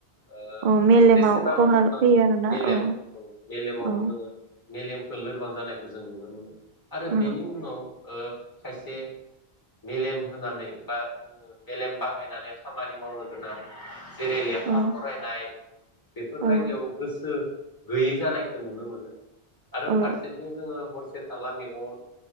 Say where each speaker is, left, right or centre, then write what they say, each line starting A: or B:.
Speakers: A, on the left (about 20°); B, on the right (about 55°).
A: ओ
B: औ मेलेमाव
A: जेसेबां
B: खहा
A: उन्दुनांगौ
B: फैयो आरोना
A: मेलेम
B: औ औ
A: मेलेमाव जोङो मेलेमखौ लोरबां जानायखौ जों नुनो मोनो आरो
B: औ
A: बेनि उनाव ओ खायसे मेलेम होनानै बा जोङो मेलेम बाहायनानै खामानि मावनो गोनां जेरै लेखा
B: औ
A: फरायनाय बेफोरबायदियाव
B: औ
A: गोसो गैयै जानायखौ नुनो मोनो आरो
B: औ
A: फारसेथिं जोङो हरसे थारला मेगन